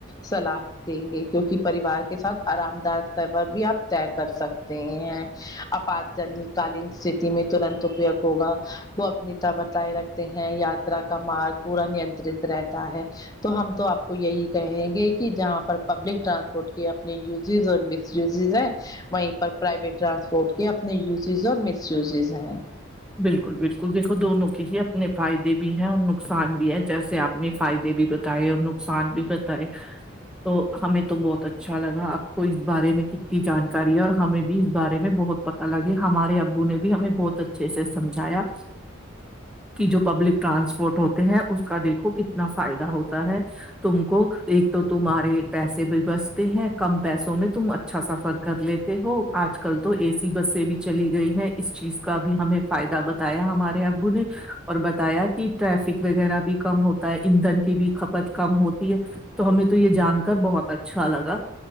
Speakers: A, on the left (about 20°); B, in the centre.
A: صلاح دیں گے کیونکہ پریوار کے ساتھ آرام دا سفر بھی آپ طے کر سکتے ہیں اب آج تعلیم ستتی میں ترنت اپیگ ہوگا وہ اپنیتا بتائے رکھتے ہیں یاترا کا مارگ پورا نینترت رہتا ہے تو ہم تو آپ کو یہی کہیں گے کہ جہاں پر پبلک ٹرانسپورٹ کے اپنے یوزز اور یوزز ہیں وہیں پر پرائیویٹ ٹرانسپورٹ کے اپنے یوزز اور مس یوزز ہیں
B: بالکل بالکل دیکھو دونوں کے ہی اپنے فائدے بھی ہیں اور نقصان بھی ہے جیسے آپ اپنے فائدے بھی بتائے اور نقصان بھی بتائے تو ہمیں تو بہت اچھا لگا آپ کو اس بارے میں کتنی جانکاری ہے اور ہمیں بھی اس بارے میں بہت پتا لگے ہمارے ابو نے بھی ہمیں بہت اچھے سے سمجھایا کہ جو پبلک ٹرانسپورٹ ہوتے ہیں اس کا دیکھو کتنا فائدہ ہوتا ہے تم کو ایک تو تمہارے پیسے بھی بچتے ہیں کم پیسوں میں تم اچھا سفر کر لیتے ہو آج کل تو اے سی بس بھی چلی گئی ہے اس چیز کا بھی ہمیں فائدہ بتایا ہمارے ابو نے اور بتایا کہ ٹریفک وغیرہ بھی کم ہوتا ایندھن کی بھی کھپت کم ہوتی ہے تو ہمیں تو یہ جان کر بہت اچھا لگا